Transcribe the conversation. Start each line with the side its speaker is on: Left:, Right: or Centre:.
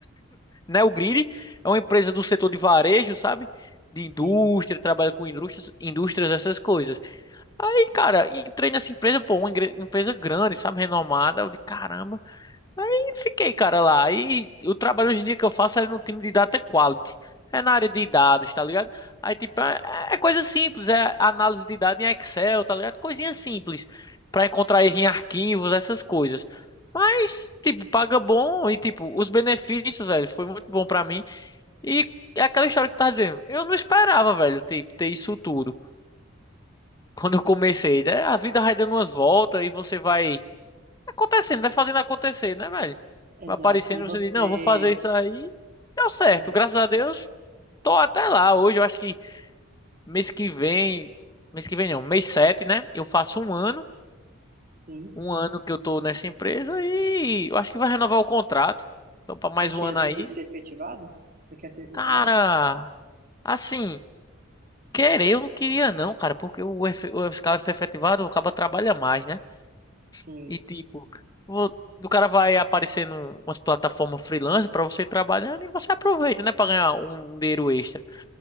Left: Neogrid é uma empresa do setor de varejo, sabe? De indústria,
Right: Sim,
Left: trabalha com indústrias, indústrias, essas coisas. Aí, cara, entrei nessa empresa, pô, uma ingre- empresa grande, sabe? Renomada. Eu de caramba. Aí fiquei, cara, lá. aí o trabalho hoje em dia que eu faço é no time de data quality. É na área de dados, tá ligado? Aí, tipo, é, é coisa simples, é análise de dados em Excel, tá ligado? Coisinha simples. Pra encontrar erro em arquivos, essas coisas. Mas, tipo, paga bom e, tipo, os benefícios, velho, foi muito bom pra mim. E é aquela história que tu tá dizendo. Eu não esperava, velho, tipo, ter isso tudo. Quando eu comecei, né? A vida vai dando umas voltas e você vai acontecendo, vai fazendo acontecer, né, velho?
Right: exato.
Left: Vai aparecendo,
Right: E você,
Left: você diz, não, vou fazer isso aí. Deu certo,
Right: e vo-
Left: graças a Deus, tô até lá. Hoje eu acho que mês que vem, mês que vem não, mês 7, né? Eu faço um ano,
Right: sim,
Left: um ano que eu tô nessa empresa e eu acho que vai renovar o contrato. Então, pra mais
Right: tem chances
Left: um ano aí.
Right: de ser efetivado? Você quer ser efetivado?
Left: Cara, assim, querer eu não queria não, cara, porque o, efe- o escala ser efetivado, acaba trabalha mais, né?
Right: Sim.
Left: E tipo, vo- o cara vai aparecendo umas plataformas freelance pra você ir trabalhando e você aproveita, né, Pra ganhar um dinheiro extra.